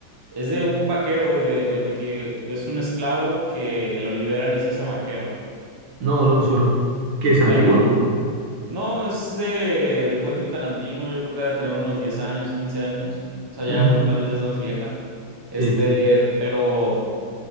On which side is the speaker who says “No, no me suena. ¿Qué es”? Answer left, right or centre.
Right